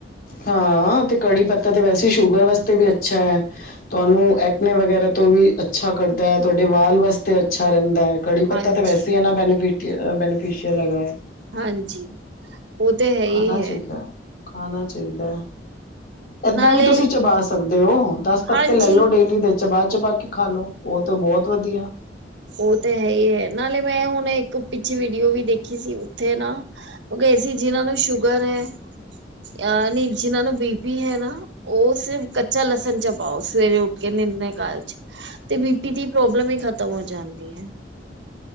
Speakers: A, on the left; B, on the right.
A: ਹਾਂ 'ਤੇ ਕੜੀ ਪੱਤਾ 'ਤੇ ਵੈਸੇ ਈ ਸ਼ੂਗਰ ਵਾਸਤੇ ਵੀ ਅੱਛਾ ਐ। ਤੁਹਾਨੂੰ ਐਟਨੇ ਵਗੈਰਾ ਤੋਂ ਵੀ ਅੱਛਾ ਕਰਦਾ ਐ, ਤੁਹਾਡੇ ਵਾਲ ਵਾਸਤੇ ਅੱਛਾ ਰਹਿੰਦਾ ਐ। ਕੜੀ
B: ਹਾਂਜੀ-ਹਾਂਜੀ,
A: ਪੱਤਾ 'ਤੇ ਵੈਸੇ ਈ ਐਨਾ ਬੈਨੀਫਿਟ, ਬੈਨੀਫਿਸ਼ੀਅਲ ਹੈਗਾ।
B: ਹਾਂਜੀ ਉਹ ਤੇ ਹੈ ਹੀ
A: ਖਾਣਾ ਚਾਹੀਦਾ
B: ਹੈ।
A: ਖਾਣਾ ਚਾਹੀਦਾ। ਏਦਾਂ
B: ਨਾਲੇ
A: ਵੀ ਤੁਸੀਂ ਚਬਾ ਸਕਦੇ ਓ ਦਸ ਪੱਤੇ
B: ਹਾਂਜੀ
A: ਲੈ ਲੋ ਡੇਲੀ ਦੇ ਚਬਾ-ਚਬਾ ਕੇ ਖਾ ਲੋ। ਉਹ ਤੋ ਬਹੁਤ ਵਧੀਆ।
B: ਉਹ ਤੇ ਹੈ ਹੀ ਹੈ ਨਾਲੇ ਮੈਂ ਹੁਣ ਇੱਕ ਪਿੱਛੇ ਵੀਡੀਓ ਵੀ ਦੇਖੀ ਸੀ ਉੱਥੇ ਨਾ ਉਹ ਗਏ ਸੀ ਜਿਨਾਂ ਨੂੰ ਸ਼ੂਗਰ ਹੈ ਅ ਨੀ ਜਿਨਾਂ ਨੂੰ ਬੀ ਪੀ ਹੈ ਨਾ ਉਹ ਸਿਰਫ ਕੱਚਾ ਲਸਣ ਚਬਾਓ ਸਵੇਰੇ ਉੱਠ ਕੇ ਨਿਰਨੇ ਕਾਲਜੇ। ਤੇ ਬੀ ਪੀ ਦੀ ਪ੍ਰੋਬਲਮ ਹੀ ਖਤਮ ਹੋ ਜਾਂਦੀ ਏ।